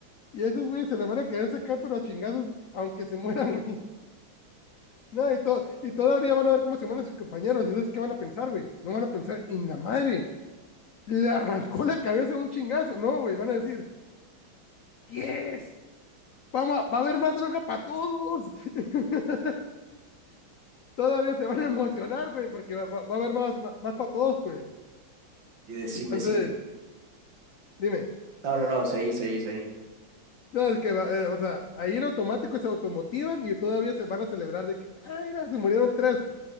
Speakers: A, on the left (about 75°); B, on the right (about 65°).
A: Y esos, güey, se le van a querer sacar, pero a chingazos, aunque se mueran, <laughs> güey. No, y, to- y todavía van a ver cómo se mueren sus compañeros. ¿Y sabes qué van a pensar, güey? No van a pensar, en la madre, le arrancó la cabeza a un chingazo. No, güey, van a decir, yes, vamos a- va a haber más droga para todos. <laughs> Todavía se van a emocionar, güey, porque va, va- va a haber más, más, más para todos, pues.
B: Y decime
A: Entonces,
B: si te...
A: dime.
B: No, no, no, seguí, seguí, seguí.
A: No, es que, eh, o sea, ahí en automático se automotivan y todavía se van a celebrar de que, ay, mira, se murieron tres